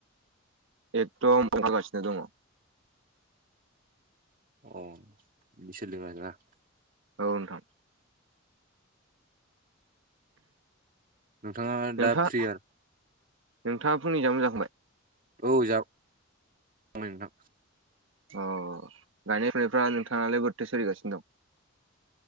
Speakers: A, on the right; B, on the right.
A: एकदम <unintelligible> गासिनो दङ।
B: अ बिसोर <unintelligible>
A: औ नोंथां
B: नोंथाङा दा
A: नोंथाङा
B: फ्रि आरो
A: नोंथाङा फुंनिआ जामु जाखांबाय?
B: औ <unintelligible> नोंथां
A: अ गायनाय फुनायफ्रा नोंथाङालाय बोरथै सोलिगासिनो दं?